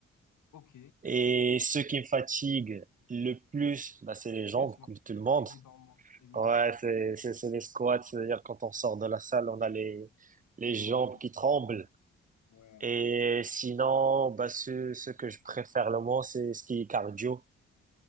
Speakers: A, on the left (about 80°); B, on the right (about 25°).
A: Ok,
B: Et ce qui me fatigue le plus, bah, c'est les jambes,
A: bien sûr.
B: comme tout le monde.
A: Évidemment, évidemment.
B: Ouais, c'est,
A: évi-
B: c'est, c'est les squats, c'est-à-dire quand on sort de la salle, on a les, les jambes
A: Ouais,
B: qui tremblent.
A: ouais.
B: Et sinon, bah, ce, ce que je préfère le moins, c'est ce qui est cardio.